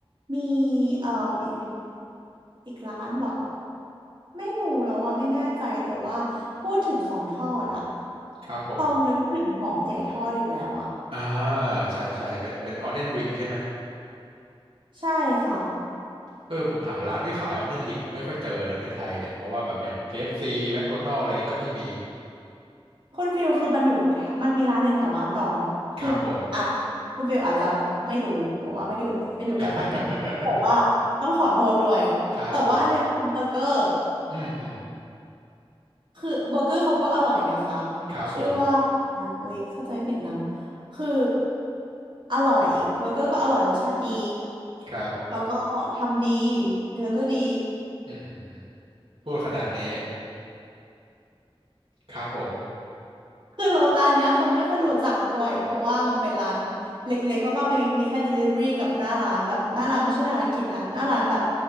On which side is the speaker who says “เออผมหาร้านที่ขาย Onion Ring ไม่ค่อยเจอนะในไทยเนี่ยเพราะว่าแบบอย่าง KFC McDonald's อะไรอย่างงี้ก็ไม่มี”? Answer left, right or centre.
Right